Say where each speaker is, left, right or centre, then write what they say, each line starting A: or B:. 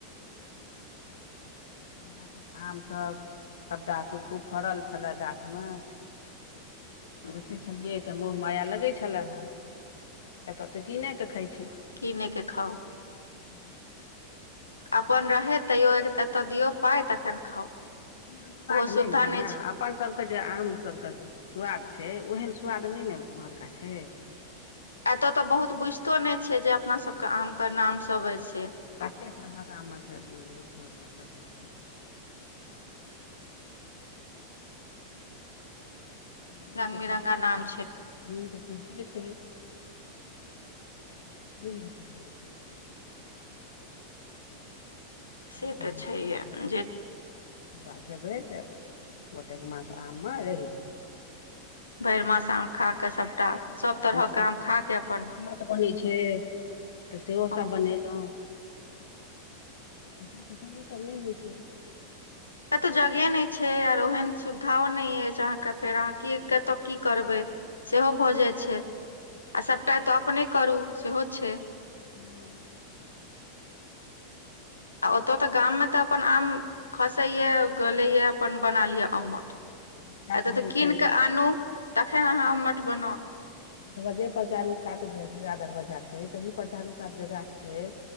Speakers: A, on the left (about 60°); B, on the left (about 80°).
A: हिनका सभके आम सभटा खूब फड़ल छलै गाछमे। देखै छलियै तऽ मोह माया लगै छलै हेँ। एतय तऽ कीन कऽ खाइत छी।
B: किनके खाउ
A: ह <inaudible>
B: अपन रहै, तैयो एतऽ दियौ पाइ, तखन खाउ।
A: <unintelligible>
B: ओहो सुविधा
A: नहि ने ह
B: छै
A: अपन सभके जे आम सभके स्वाद छै, ओहन स्वाद नहि ने इम्हरका छै।
B: एतय तऽ बहुत बुझितो नहि छै जे अपना सबके आमके नाम सभ अऽ से
A: कते तऽ हका माथे देखियौ अपना सभ कऽ छै तऽ
B: रंग
A: करते
B: बिरंगा नाम
A: छै। मन तऽ पढ़ते छै पढ़ि लेत रह <unintelligible> <inaudible>
B: से
A: गर्मी
B: तऽ छैहे
A: छुट्टी जेबै
B: जे।
A: तकर बाद जेबै तऽ गोटेक मास आमेमे रहि जेबै।
B: भरि मास आम खा कऽ सभटा सभ
A: हुनका
B: तरहके आम
A: तऽ
B: खा कऽ अपन।
A: अम्मट बनै छै। तऽ सेहो
B: हम
A: सभ बनेलहुँ ऐसा तैस सभ नहि होइ छै।
B: एत्तऽ जगहे नहि छै, आओर ओहन सुविधो नहि अछि अहाँके, फेर अहाँ।
A: नहि
B: कतऽ
A: छै
B: की करबै सेहो भऽ जाइ छै आ सभटा तऽ अपने। करू सेहो छै।
A: हू
B: आ ओतय तऽ गाममे अपन आम खसे या गले, या अपन बना लिअ अम्मट।
A: विकास
B: एतऽ
A: रहै
B: तऽ कीन
A: छै
B: कऽ आनू तखन अहाँ अम्मट बनाउ।
A: दरवाजे पर चारू कात जे दूआ दरवाजा छै, तही पर चारू कात जे गाछ छै।